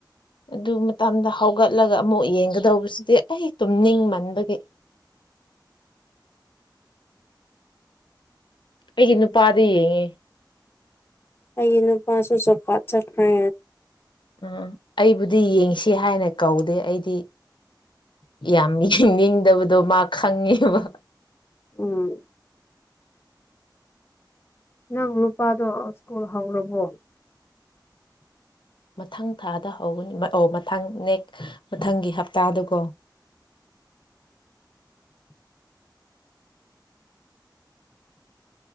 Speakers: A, on the left; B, on the left.
A: ꯑꯗꯨ ꯃꯇꯝꯗ ꯍꯧꯒꯠꯂꯒ ꯑꯃꯨꯛ ꯌꯦꯡꯒꯗꯧꯕꯁꯤꯗꯤ ꯑꯩ ꯇꯨꯝꯅꯤꯡꯃꯟꯕꯒꯤ <inaudible> ꯑꯩꯒꯤ ꯅꯨꯄꯥꯗ ꯌꯦꯡꯉꯦ
B: ꯑꯩꯒꯤ ꯅꯨꯄꯥꯁꯨ ꯖꯣꯞ ꯀꯔꯥꯠ ꯆꯠꯈ꯭ꯔꯦ
A: ꯎꯝ ꯑꯩꯕꯨꯗꯤ ꯌꯦꯡꯁꯦ ꯍꯥꯏꯅ ꯀꯧꯗꯦ ꯑꯩꯗꯤ ꯌꯥꯝ ꯌꯦꯡꯅꯤꯡꯗꯕꯗꯣ ꯃꯥ ꯈꯪꯉꯦꯕ
B: ꯎꯝ ꯅꯪ ꯅꯨꯄꯥꯗꯣ ꯁ꯭ꯀꯨꯜ ꯍꯧꯔꯕꯣ
A: ꯃꯊꯪ ꯊꯥꯗ ꯍꯧꯒꯅꯤ ꯑꯣ ꯃꯊꯪ ꯅꯦꯛ ꯃꯊꯪꯒꯤ ꯍꯞꯇꯥꯗꯀꯣ <inaudible>